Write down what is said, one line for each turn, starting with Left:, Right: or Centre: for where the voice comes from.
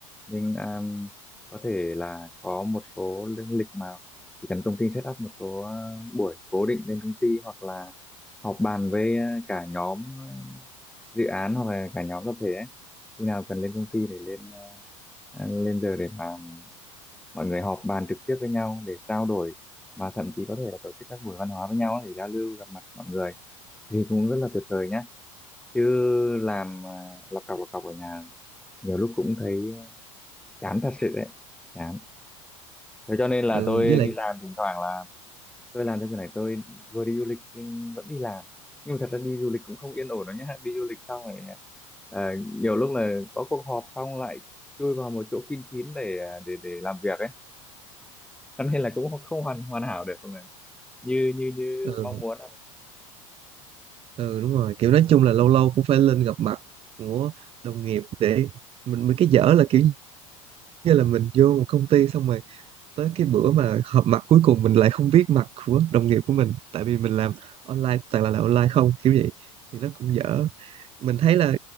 Centre: nhưng um, có thể là có một số lương lịch mà chỉ cần công ty set up một số uh, buổi cố định lên công ty hoặc là họp bàn với uh, cả nhóm uh, dự án hoặc là cả nhóm tập thể ấy. Khi nào cần lên công ty để lên uh, lên giờ để mà mọi người họp bàn trực tiếp với nhau để trao đổi và thậm chí có thể là tổ chức các buổi văn hóa với nhau để giao lưu gặp mặt mọi người thì cũng rất là tuyệt vời nhá chứ làm à, lọc cọc lọc cọc ở nhà nhiều lúc cũng thấy chán thật sự đấy chán thế cho nên là
Right: ừ
Centre: tôi
Right: với lại
Centre: đi làm thỉnh thoảng là tôi làm cái này tôi vừa đi du lịch nhưng vẫn đi làm nhưng mà thật ra đi du lịch cũng không yên ổn đâu nhá đi du lịch xong rồi à, nhiều lúc là có cuộc họp xong lại chui vào một chỗ kín kín để à, để để làm việc ấy cho nên là cũng không hoàn hoàn hảo được không này như như như
Right: ừ,
Centre: mong muốn ạ.
Right: ừ đúng rồi kiểu nói chung là lâu lâu cũng phải lên gặp mặt của đồng nghiệp để mình mình cái dở là kiểu như là mình vô một công ty xong rồi tới cái bữa mà họp mặt cuối cùng mình lại không biết mặt của đồng nghiệp của mình tại vì mình làm online toàn là làm online không kiểu vậy thì nó cũng
Centre: đúng
Right: dở
Centre: rồi
Right: mình thấy là